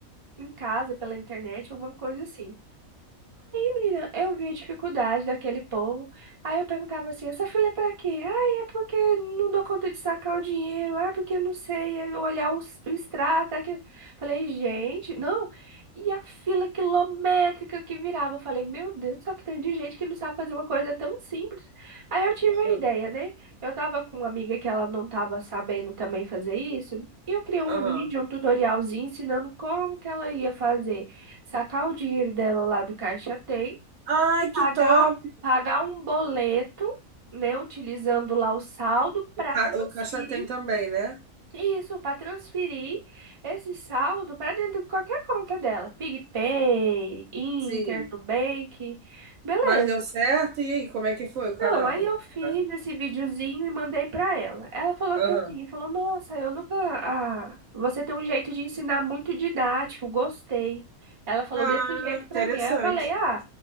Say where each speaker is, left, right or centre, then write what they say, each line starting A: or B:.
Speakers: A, on the right; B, on the right.
A: em casa, pela internet, alguma coisa assim. Menina, eu vi a dificuldade daquele povo. Aí eu perguntava assim, essa fila é pra quê? Ah, é porque não dou conta de sacar o dinheiro. Ah, porque eu não sei é olhar o, s- o extrato. tá aqui." Falei, gente, não. E a fila quilométrica que virava. Eu falei, meu Deus do céu, que tem de gente que não sabe fazer uma coisa tão simples. Aí eu tive
B: aham,
A: a ideia, né? Eu tava com uma amiga que ela não tava sabendo também fazer isso. E eu criei um
B: aham.
A: vídeo, um tutorialzinho ensinando como que ela ia fazer sacar o dinheiro dela lá do caixa tem
B: Ai, que
A: pagar,
B: top!
A: pagar um boleto, né, utilizando lá o saldo para
B: O ca-
A: transferir
B: o Caixa tem também, né?
A: isso, para transferir esse saldo para dentro de qualquer conta dela, PicPay, Inter,
B: Sim.
A: Nubank, beleza.
B: Mas deu certo? E aí, como é que foi o canal?
A: Não, aí
B: Como
A: eu
B: é que
A: fiz
B: tá?
A: esse videozinho e mandei pra ela. Ela falou
B: Aham.
A: que assim, falou, nossa, eu nunca. Ah, você tem um jeito de ensinar muito didático, gostei. Ela falou
B: Ah,
A: desse jeito pra
B: interessante.
A: mim. Aí eu falei, ah,